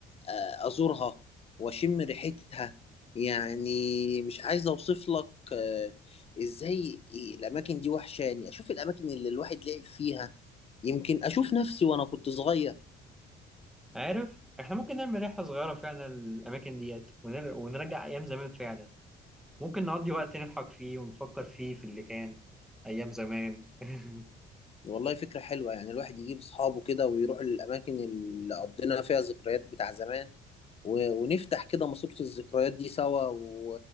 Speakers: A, on the left; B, in the centre.
A: آه، ازورها واشم ريحتها يعني مش عايز اوصف لك آه، ازاي الاماكن دي وحشاني اشوف الاماكن اللي الواحد لعب فيها يمكن اشوف نفسي وانا كنت صغير
B: عارف احنا ممكن نعمل رحلة صغيرة فعلا للأماكن ديت ونر- ونرجع أيام زمان فعلا ممكن نقضي وقت نضحك فيه ونفكر فيه في اللي كان أيام زمان <laughs>
A: والله فكرة حلوة يعني الواحد يجيب أصحابه كده ويروح للأماكن اللي قضينا فيها ذكريات بتاع زمان و... ونفتح كده ماسورة الذكريات دي سوا و...